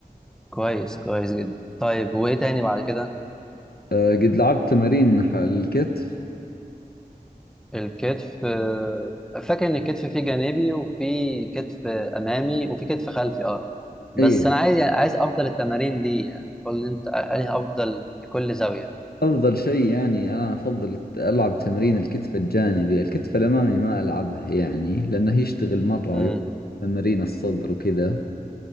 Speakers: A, in the centre; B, on the left.
A: كويس كويس جدا طيب وإيه تاني بعد كده؟
B: أه قد لعبت تمارين ح- الكتف
A: الكتف آه، فاكر إن الكتف فيه جانبي وفيه كتف أمامي وفيه كتف خلفي أه بس
B: اي
A: أنا عايز يعني عايز أفضل التمارين ليه يعني قول لي أنت أنهي أفضل لكل زاوية
B: افضل شيء يعني انا افضل الت- العب تمرين الكتف الجانبي الكتف الامامي ما العبه يعني لانه يشتغل مرة
A: امم
B: يوم تمرين الصدر وكذا